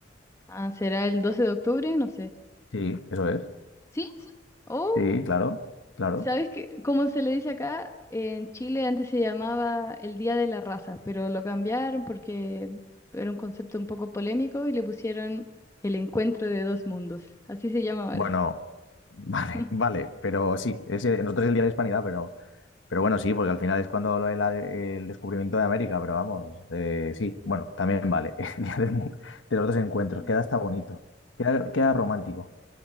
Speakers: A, on the left (about 15°); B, on the left (about 80°).
A: ah, ¿será el 12 de octubre? No sé.
B: Sí, eso es.
A: Sí, sí. O,
B: Sí, claro, claro.
A: ¿sabes qué? Como se le dice acá, en Chile antes se llamaba el Día de la Raza, pero lo cambiaron porque era un concepto un poco polémico y le pusieron el encuentro de dos mundos. Así se llama
B: Bueno,
A: ahora.
B: <laughs> vale,
A: <laughs>
B: vale, pero sí, ese, el- nosotros es el Día de la Hispanidad, pero... Pero bueno, sí, porque al final es cuando lo de la de- el descubrimiento de América, pero vamos, eh, sí, bueno, también vale. <laughs> El día del mu- de los dos encuentros,
A: Ujú,
B: queda hasta bonito, queda, queda romántico.